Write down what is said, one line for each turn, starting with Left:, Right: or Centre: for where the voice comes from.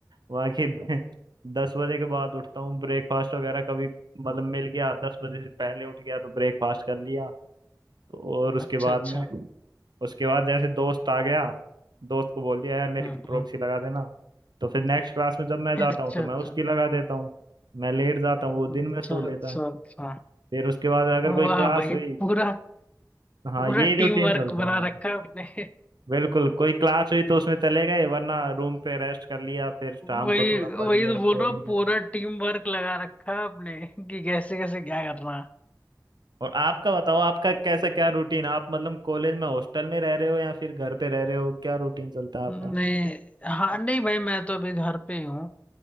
Right: बाकी दस बजे के बाद उठता हूँ ब्रेकफास्ट वगैरह कभी मतलब मिल गया दस बजे से पहले उठ गया तो ब्रेकफास्ट कर लिया तो और उसके
Left: अच्छा
Right: बाद
Left: अच्छा
Right: में उसके बाद जैसे दोस्त आ गया दोस्त को बोल दिया यार मेरी
Left: हम्म
Right: प्रॉक्सी
Left: हम्म।
Right: लगा देना तो फिर नेक्स्ट क्लास में जब मैं जाता
Left: अच्छा
Right: हूँ तो मैं
Left: अच्छा
Right: उसकी लगा देता हूँ मैं लेट जाता हूँ वो दिन
Left: अच्छा
Right: में सो लेता
Left: अच्छा
Right: है
Left: अच्छा
Right: फिर उसके बाद अगर
Left: वाह
Right: कोई क्लास
Left: भाई
Right: हुई
Left: पूरा
Right: हाँ
Left: पूरा
Right: ये
Left: टीम
Right: रूटीन
Left: वर्क
Right: चलता
Left: बना
Right: है यार
Left: रखा है आपने
Right: बिल्कुल कोई क्लास हुई तो उसमें चले गए वरना रूम पे रेस्ट कर लिया फिर शाम
Left: वही
Right: को थोड़ा
Left: वही
Right: पढ़ लिया
Left: तो बोल
Right: कोडिंग
Left: रहा हूँ
Right: कर
Left: पूरा
Right: ली
Left: टीम वर्क लगा रखा है आपने कि कैसे कैसे क्या करना है
Right: और आपका बताओ आपका कैसा क्या रूटीन आप मतलब कॉलेज में हॉस्टल में रह रहे हो या फिर घर पे रह रहे हो क्या रूटीन चलता है आपका
Left: नहीं हाँ नहीं भाई मैं तो अभी घर पे ही हूँ